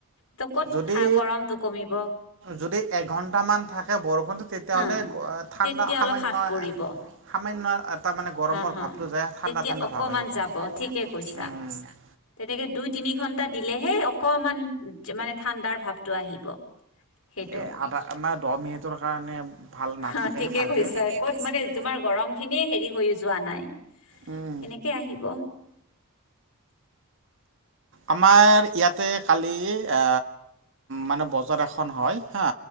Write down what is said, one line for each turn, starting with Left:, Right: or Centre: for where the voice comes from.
Left: ত ক'ত
Right: যদি
Left: থ গৰমটো কমিব।
Right: যদি এঘণ্টামান থাকে বৰষুণটো তেতিয়াহ'লে
Left: হা
Right: ঠাণ্ডা
Left: তেতিয়া
Right: সামান্য
Left: অলপ হাত পৰিব
Right: সামান্য এটা মানে গৰমৰ
Left: হা হা
Right: ভাৱটো যায় ঠাণ্ডা
Left: তেতিয়া
Right: ঠাণ্ডা
Left: অকমান
Right: ভাৱ আহিব। উম অকমান
Left: ঠিকে
Right: যাব
Left: কৈছা
Right: ঠিকেই কৈছে।
Left: তেনেকে দুই তিনি ঘন্টা দিলেহে অকমান মানে ঠাণ্ডাৰ ভাৱটো আহিব। সেইটো
Right: এ আধা মাৰ দহ মিনিটৰ কাৰণে ভাল নাথাকেই
Left: হা ঠিকে
Right: ভালকে।
Left: কৈছা
Right: ঠিকেই
Left: ক'ত
Right: কৈছা।
Left: মানে তোমাৰ গৰম খিনিয়ে হেৰি হৈ যোৱা নাই সেনেকে
Right: উম,
Left: আহিব।
Right: আমাৰ ইয়াতে কালি আ মানে বজাৰ এখন হয় হা